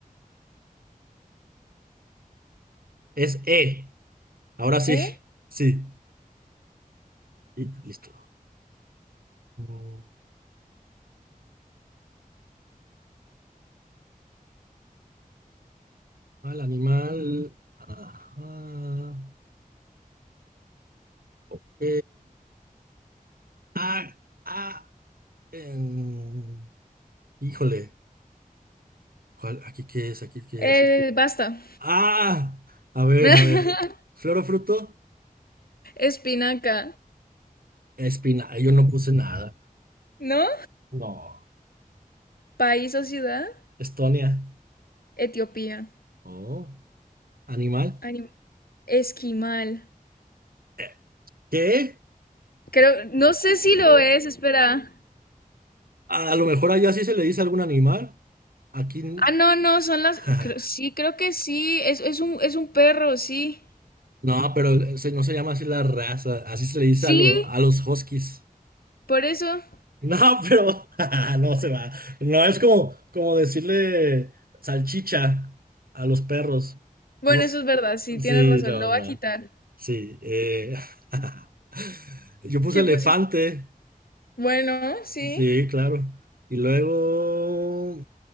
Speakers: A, on the right; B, on the left.
A: es E. Ahora sí.
B: ¿Eh?
A: <laughs> Sí. Y listo. Mm, Al animal. Ajá. Ok. Ah, ah, em, híjole, ¿cuál- aquí qué es, aquí qué
B: Eh,
A: es.
B: basta.
A: Ah, a ver,
B: <laughs>
A: a ver. Flor o fruto,
B: Espinaca.
A: espina. Ay, Yo no puse nada.
B: ¿No?
A: No.
B: País o ciudad.
A: Estonia.
B: Etiopía.
A: Oh, animal.
B: Anim- Esquimal.
A: Eh, ¿Qué?
B: Creo, no sé si lo es, espera.
A: A lo mejor allá sí se le dice algún animal. Aquí. n-
B: Ah, no, no, son las.
A: <laughs>
B: creo- sí, creo que sí. Es, es un, es un perro, sí.
A: No, pero se- no se llama así la raza. Así se le dice
B: Sí,
A: a, lo- a los huskies.
B: por eso.
A: No, pero <laughs> no se va. No es como, como decirle salchicha a los perros.
B: Bueno,
A: No, s-
B: eso es verdad, sí,
A: sí,
B: tienes razón.
A: no,
B: Lo voy
A: no.
B: a quitar.
A: Sí. eh, <laughs> Yo puse
B: ¿Qué
A: elefante.
B: pusiste? Bueno, sí.
A: Sí, claro. Y luego,